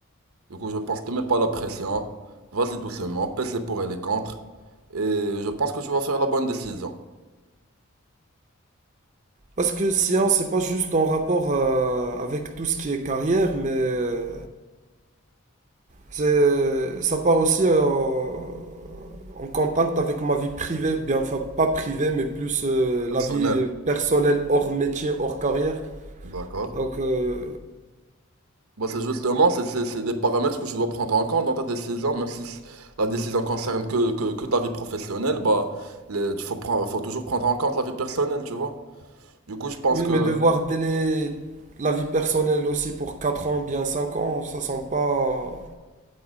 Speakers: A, on the right; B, on the right.
A: Du coup, je pense que te mets pas la pression, vas-y doucement, pèse les pour et les contre, et je pense que tu vas faire la bonne décision.
B: Parce que science, c'est pas juste en rapport euh, avec tout ce qui est carrière, mais euh, c'est, ça part aussi euh, en contact avec ma vie privée, bien, enfin pas privée, mais plus euh,
A: Personnel.
B: la vie personnelle hors métier, hors carrière.
A: D'accord.
B: Donc euh,
A: Bah, c'est justement, c'est c'est- c'est des paramètres que tu dois prendre en compte dans ta décision, même si c- la décision concerne que, que, que ta vie professionnelle, bah, le- tu faut prendre, faut toujours prendre en compte la vie personnelle, tu vois. Du coup, je pense
B: oui,
A: que,
B: mais devoir délai la vie personnelle aussi pour 4 ans, bien 5 ans, ça sent pas